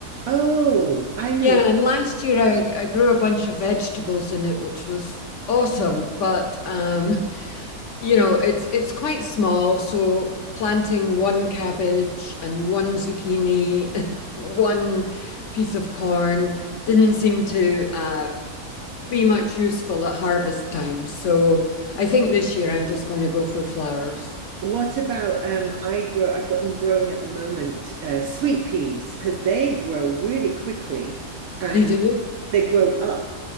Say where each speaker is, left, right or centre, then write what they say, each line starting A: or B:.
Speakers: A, on the right (about 70°); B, on the left (about 60°).
A: Oh, I know
B: Yeah,
A: what
B: and last year I, I grew a bunch of vegetables in it, which was awesome. But um, <laughs> you know, it's it's quite small, so planting one cabbage and one zucchini <laughs> and one piece of corn didn't seem to uh, be much useful at harvest time. So I think this year I'm just going to go for flowers.
A: What about um I grow I've got them growing at the moment uh, sweet peas because they grow really quickly and
B: Do You do? you?
A: they grow up.